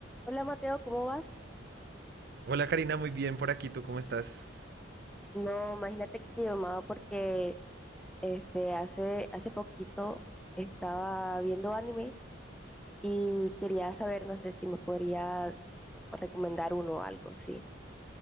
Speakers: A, in the centre; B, on the right.
A: Hola Mateo, ¿cómo vas?
B: Hola Karina, muy bien por aquí, ¿tú cómo estás?
A: No, imagínate que te llamaba porque este hace hace poquito estaba viendo anime y quería saber, no sé si me podrías recomendar uno o algo, sí.